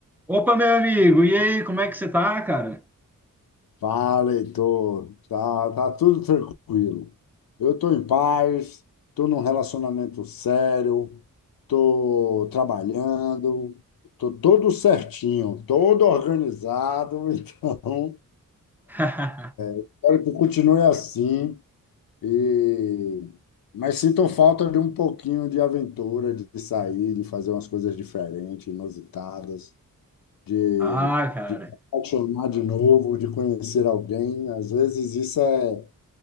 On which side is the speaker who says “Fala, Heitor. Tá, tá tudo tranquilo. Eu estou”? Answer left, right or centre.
Left